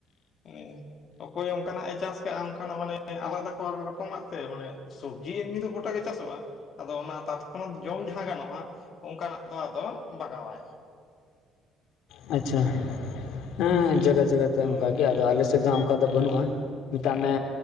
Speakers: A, on the left; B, on the left.
A: ᱦᱩᱸ ᱚᱠᱚᱭ ᱚᱝᱠᱟᱱᱟᱜ-ᱮ ᱪᱟᱥ ᱠᱟᱜ-ᱟ ᱚᱝᱠᱟᱱᱟᱜ ᱢᱟᱱᱮ ᱟᱞᱟᱫᱟ ᱠᱚ ᱨᱚᱠᱚᱢᱟᱜ ᱛᱮ ᱢᱟᱱᱮ ᱥᱚᱵᱡᱤ ᱮᱢᱱᱤ ᱫᱚ ᱜᱚᱴᱟ ᱜᱮ ᱪᱟᱥᱚᱜ-ᱟ᱾ ᱟᱫᱚ ᱚᱱᱟ ᱛᱟᱛᱠᱷᱚᱱᱟᱛ ᱡᱚᱢ ᱡᱟᱦᱟᱸ ᱜᱟᱱᱚᱜ-ᱟ ᱚᱝᱠᱟᱱᱟᱜ ᱫᱚ ᱟᱫᱚ ᱵᱟᱜᱟᱣᱟᱭ᱾
B: ᱟᱪᱷᱟ, ᱦᱮᱸ ᱡᱟᱜᱟ ᱡᱟᱜᱟ ᱛᱮ
A: ᱦᱳᱭ
B: ᱚᱝᱠᱟᱜᱮ ᱟᱫᱚ ᱟᱞᱮᱥᱮᱫ ᱫᱚ ᱦᱟᱸᱜ ᱚᱝᱠᱟ ᱫᱚ ᱵᱟᱹᱱᱩᱜ-ᱟ᱾ ᱢᱮᱛᱟᱜ ᱢᱮ